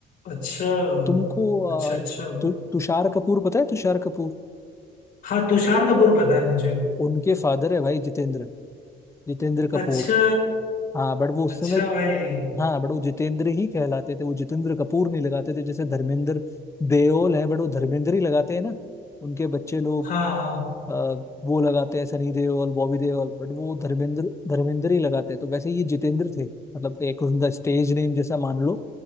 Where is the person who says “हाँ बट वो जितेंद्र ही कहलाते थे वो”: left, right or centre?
Left